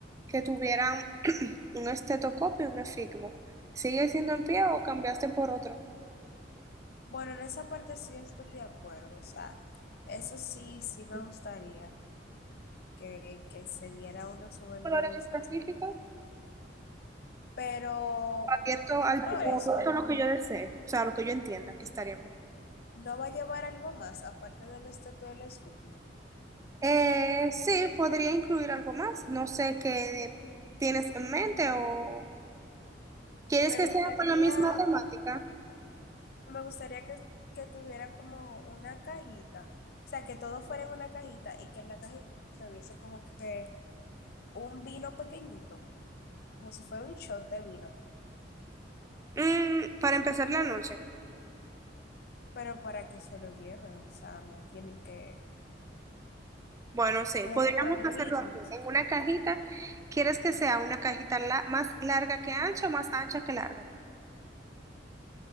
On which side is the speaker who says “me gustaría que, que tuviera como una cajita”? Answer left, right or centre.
Left